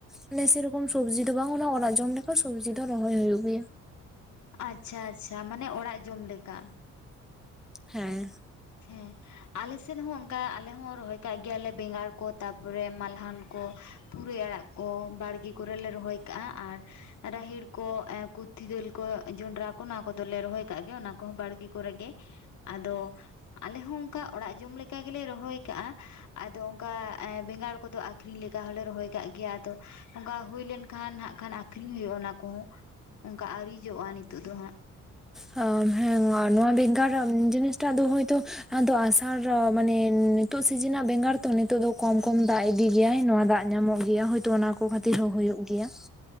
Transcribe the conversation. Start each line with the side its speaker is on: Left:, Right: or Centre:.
Centre: ᱢᱟᱱᱮ ᱥᱮᱨᱚᱠᱚᱢ ᱥᱚᱵᱡᱤ ᱫᱚ ᱵᱟᱝ ᱚᱱᱟ ᱟᱲᱟᱜ ᱡᱚᱢ ᱞᱮ‌ ᱼᱼ ᱚ ᱥᱚᱵᱡᱤ ᱫᱚ ᱨᱚᱦᱚᱭ ᱦᱩᱭᱩᱜ ᱦᱩᱭᱩᱜ ᱜᱮᱭᱟ
Left: ᱟᱪᱪᱷᱟ ᱟᱪᱪᱷᱟ ᱢᱟᱱᱮ ᱚᱲᱟᱜ ᱡᱚᱢ ᱞᱮᱠᱟ
Centre: ᱦᱮᱸ
Left: ᱦᱮᱸ ᱟᱞᱮ ᱥᱮᱫ ᱦᱚᱸ ᱚᱱᱠᱟ ᱟᱞᱮ ᱦᱚᱸ ᱨᱚᱦᱚᱭ ᱟᱠᱟᱜ ᱜᱮᱭᱟᱞᱮ ᱵᱮᱸᱜᱟᱲ ᱠᱳ ᱛᱟᱨᱯᱚᱨᱮ ᱢᱟᱞᱦᱟᱱ ᱠᱳ ᱯᱩᱨᱟᱹᱭ ᱟᱲᱟᱜ ᱠᱳ ᱵᱟᱲᱜᱮ ᱠᱚᱨᱮ ᱞᱮ ᱨᱚᱦᱚᱭ ᱠᱟᱜᱼᱟ ᱟᱨ ᱨᱟᱦᱮᱲ ᱠᱳ ᱠᱩᱨᱛᱷᱤ ᱫᱟᱹᱞ ᱠᱳ ᱡᱚᱱᱰᱨᱟ ᱠᱳ ᱱᱚᱶᱟ ᱠᱚ ᱫᱚ ᱞᱮ. ᱨᱚᱦᱚᱭ ᱟᱠᱟᱜ ᱜᱮᱭᱟ ᱚᱱᱟ ᱠᱚᱦᱚᱸ ᱵᱟᱲᱜᱮ ᱠᱚᱨᱮᱜᱮ ᱟᱫᱳ ᱟᱞᱮ ᱦᱚᱸ ᱚᱱᱠᱟ ᱚᱲᱟᱜ ᱡᱚᱢ ᱞᱮᱠᱟ ᱜᱮᱞᱮ ᱨᱚᱦᱚᱭ ᱟᱠᱟᱟᱜᱼᱟ ᱟᱫᱚ ᱚᱱᱠᱟ ᱮ... ᱵᱮᱸᱜᱟᱲ ᱠᱳ ᱫᱳ ᱟᱠᱷᱨᱤᱧ ᱞᱮᱠᱟ ᱦᱚᱸ ᱞᱮ ᱨᱚᱦᱚᱭ ᱟᱠᱟᱜ ᱜᱮᱭᱟ ᱟᱫᱚ ᱚᱱᱠᱟ ᱦᱩᱭ ᱞᱮᱱᱠᱷᱟᱱ ᱱᱟᱦᱟᱸᱜ ᱠᱷᱟᱱ ᱟᱠᱷᱨᱤᱧ ᱦᱩᱭᱩᱜᱼᱟ ᱚᱱᱟ ᱠᱚᱦᱚᱸ ᱚᱱᱠᱟ ᱟᱹᱣᱨᱤ ᱡᱚᱜᱼᱟ ᱱᱤᱛᱳ ᱫᱚ ᱦᱟᱸᱜ
Centre: ᱦᱟᱢ ᱦᱮᱸ ᱱᱚᱶᱟ ᱵᱮᱜᱟᱨ ᱡᱤᱱᱤᱥ ᱴᱟᱜ ᱫᱚ ᱦᱳᱭᱛᱳ ᱟᱥᱟᱲ ᱢᱟᱱᱮ ᱱᱤᱛᱚᱜᱜ ᱥᱤᱡᱤᱱᱟᱜ ᱵᱮᱸᱜᱟᱲ ᱛᱚ ᱱᱤᱛᱚᱜ ᱫᱚ ᱠᱚᱢ ᱠᱚᱢ ᱫᱟᱜ ᱤᱫᱤ ᱜᱮᱭᱟᱭ ᱱᱚᱶᱟ ᱫᱟᱜ ᱧᱟᱢᱚᱜ ᱜᱮᱭᱟ ᱦᱚᱭᱛᱚ ᱚᱱᱟ ᱠᱚ ᱠᱷᱟᱹᱛᱤᱨ ᱦᱚᱸ ᱦᱩᱭᱩᱜ ᱜᱮᱭᱟ